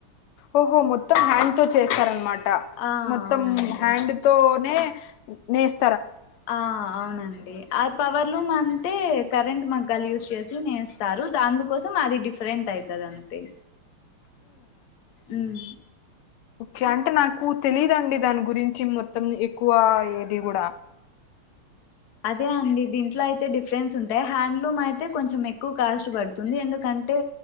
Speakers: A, on the left (about 85°); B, on the left (about 60°).
A: ఓహో మొత్తం హ్యాండ్ తో చేస్తారనమాట ట
B: ఆ
A: మొత్తం
B: అవునండి
A: హ్యాండ్ తోనే నేస్
B: ఆ అవునండి అద పవర్లూమ్ అంటే కరెంట్ మగ్గాలు యూజ్ చేసి నేస్తారు దానికోసం అది డిఫరెంట్ అయితది హుమ్
A: కే అంటే నాకు తెలిదండి దాని గురించి మొత్తం ఎక్కువ ఏమి ది గూడ
B: అదే అండి దీంట్లో అయితే అ డిఫెస్ ఉంటాయి హ్యాడ్లూమ్ అయి తె కొంచం ఎక్కువా కాస్ట్ పడుతుంది, ఎందుకంటే